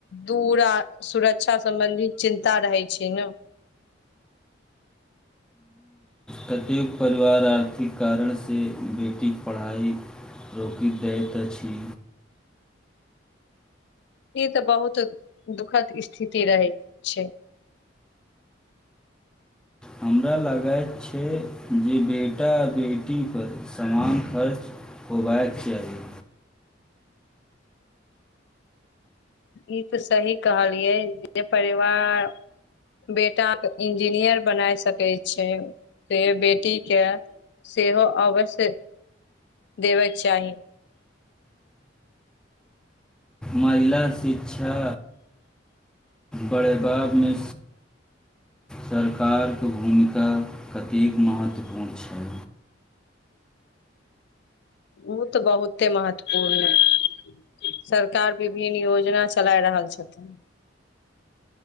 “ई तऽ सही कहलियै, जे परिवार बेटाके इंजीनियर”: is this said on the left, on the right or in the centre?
Left